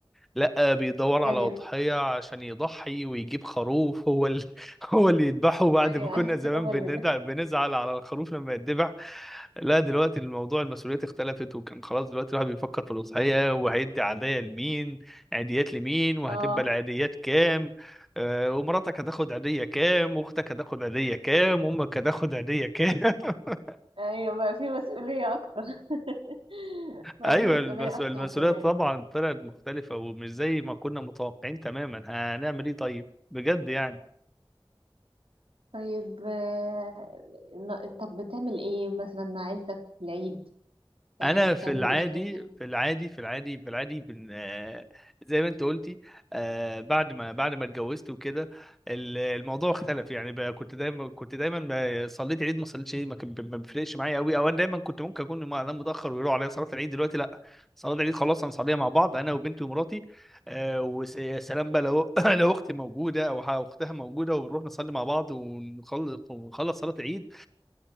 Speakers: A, in the centre; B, on the right (about 90°).
A: لا بيدور على
B: ايوه
A: أضحية عشان يضحي ويجيب خروف هو ال... <laughs> هو اللي يذبحه بعد
B: ايوه
A: ما كنا زمان
B: <laughs> هو
A: بندع...
B: اللي ده
A: بنزعل على الخروف لما يتذبح لا دلوقتي الموضوع المسؤوليات اختلفت وكان خلاص دلوقتي الواحد بيفكر في الأضحية وهيدي عادية لمين عيديات لمين وهتبقى
B: اه
A: العيديات كام آه، ومراتك هتاخد عيدية كام واختك هتاخد عيدية كام وامك هتاخد عيدية كام <laughs>
B: ايوه بقى في مسؤوليه اكتر <laughs> بقى
A: ايوه
B: في مسؤوليه
A: المس-
B: اكتر
A: المسؤولية
B: عن زمان
A: طبعا طلعت مختلفة ومش زي ما كنا متوقعين تماما هنعمل ايه طيب بجد يعني
B: طيب آه، ن- طب بتعمل ايه مثلا مع عيلتك في العيد آه،
A: انا
B: بتعملوا
A: في العادي
B: ايه سويا
A: في العادي في العادي في العادي بن... آه، زي ما انت قلتي آه، بعد ما بعد ما اتجوزت وكده ال- الموضوع اختلف يعني بقى كنت دايما كنت دايما ب- صليت عيد ما صليتش عيد ما كان ب- ما بيفرقش معايا قوي او انا دايما كنت ممكن اكون م- انام متاخر ويروح عليا صلاه العيد دلوقتي لا صلاه العيد خلاص هنصليها مع بعض انا وبنتي ومراتي آه، وسلام بقى لو <coughs> <clears throat> لو اختي موجوده او ح- اختها موجوده وبنروح نصلي مع بعض ونخلص ونخلص صلاه العيد